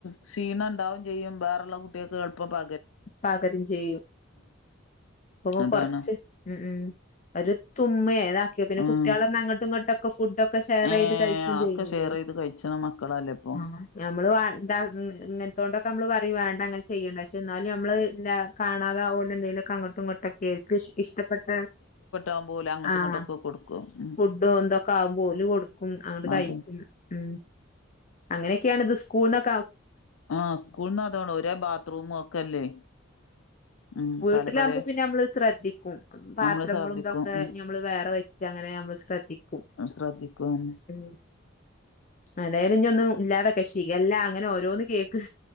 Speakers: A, on the left; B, on the left.
A: ക്ഷീണ ഉണ്ടാവും ചെയ്യുംവേറുള്ള കുട്ടിയൊക്കെ എളുപ്പം പ
B: പകരും ചെയ്യും അപ്പൊ
A: അതാണ്
B: കൊറച്ച് ഉ ഉ ഒരു തുമ്മേഏതാക്കിയ
A: ഉം
B: കുട്ടികളെ അങ്ങട്ടും ഇങ്ങട്ടൊക്ക ഫുഡൊക്കെ ഷെയർ
A: ഏഹ്
B: ചെയ്ത് കഴിക്കയും
A: ആക്കെ
B: ചെയ്യലേ
A: ഷെയർ ചെയ്ത് കഴിച്ചണ മക്കളല്ലേ ഇപ്പൊ
B: ആ നഞമ്മള് വാണ്ടാ ഇങ്ങനത്തോണ്ട് നമ്മ പറയും വേണ്ട അങ്ങനെ ചെയ്യണ്ട പക്ഷേ എന്നാലും നമ്മള് കാണാതെ ഓല് എന്തേലുംക്കെ അങ്ങോട്ടും ഇങ്ങോട്ടൊക്കെ കേൾക്ക ഇഷ്ടപ്പെട്ട
A: ഇഷ്ടംപോലെ അങ്ങട്ടും
B: ആഹ്
A: ഇങ്ങോട്ടക്കെ കൊടുക്കും ഉം
B: ഫുഡും എന്തൊക്കെ ആകുമ്പ ഓല് കൊടുക്കും അങ്ങോട്ട് കഴിക്കും
A: അതന്നെ
B: ഉ അങ്ങനെയൊക്കെയാണ് ഇത് സ്കൂൾ <unintelligible>
A: ആ സ്കൂളന്ന് അതോണ ഒരേ ബാത്റൂമ ഒക്കെല്ലേ ഉം
B: വീട്ടിലാവകുമ്പോ
A: പല പല
B: പിന്നെ നമ്മള് ശ്രദ്ധിക്കും പാത്രങ്ങളുംന്തൊക്കെ
A: നമ്മള് ശ്രദ്ധിക്കും ഉം
B: നമ്മള് വേറെ വെച്ച് അങ്ങനെ നമ്മ ശ്രദ്ധിക്കും
A: ശ്രദ്ധിക്കും തന്നെ
B: ഉ അതായാലും ഇന്നും ഇല്ലാതെ കക്ഷി അല്ല അങ്ങനെ ഓരോന്നന്ന് കേക്ക